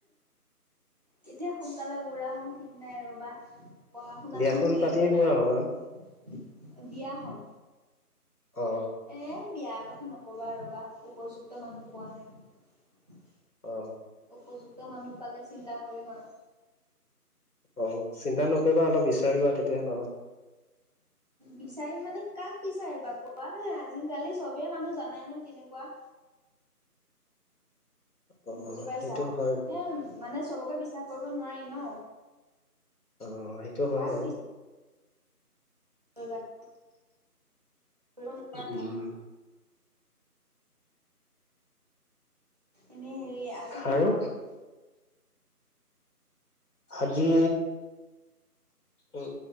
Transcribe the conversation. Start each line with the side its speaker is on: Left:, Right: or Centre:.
Right: কেতিয়া শু সোনকালে বুঢ়া হম ঠিক নাই ৰ'বা, পঢ়া শুনা
Left: বিয়াখন
Right: চোন হৈয়ে
Left: পাতিয়ে
Right: গ'ল
Left: বুঢ়া
Right: আৰু।
Left: হবা
Right: বিয়াখন?
Left: অ
Right: এ বিয়াৰ কথা নকবা ৰ'বা উপযুক্ত মানুহ পোৱা নাই।
Left: অ
Right: উপযুক্ত মানুহ পালে চিন্তা কৰিম আৰু
Left: অঁহ চিন্তা নকৰিবা, অলপ বিচাৰিবা তেতিয়া
Right: বিচাৰিম মানে কাক বিছাৰিবা কোৱা আজিকালি চবে মানুহ জানাই নহয় কেনেকোৱা
Left: <inaudible>
Right: বুজি পাইছা
Left: সেইটো হয়
Right: এ মানে চবকে বিশ্বাস কৰিব নোৱাৰি ন?
Left: অ সেইটো হয়
Right: কাক
Left: বাৰু।
Right: <unintelligible> কৰিব নোৱাৰা
Left: উম।
Right: এনে হেৰি আজি কি
Left: আৰু
Right: বনালে?
Left: আজি উম